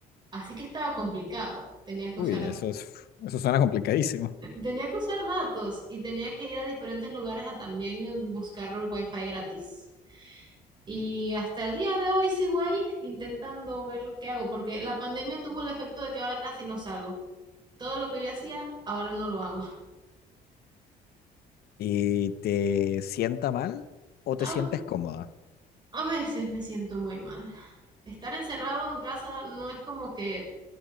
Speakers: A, on the right; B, on the left.
A: así que estaba complicado. Tenía que
B: Uy,
A: usar
B: eso es, eso suena complicadísimo.
A: Tenía que usar datos y tenía que ir a diferentes lugares a también buscar wifi gratis. Y hasta el día de hoy sigo ahí intentando ver qué hago, porque la pandemia tuvo el efecto de que ahora casi no salgo. Todo lo que yo hacía, ahora no lo hago.
B: ¿Y te sienta mal o
A: A,
B: te sientes cómoda?
A: a veces me siento muy mal. Estar encerrado en casa no es como que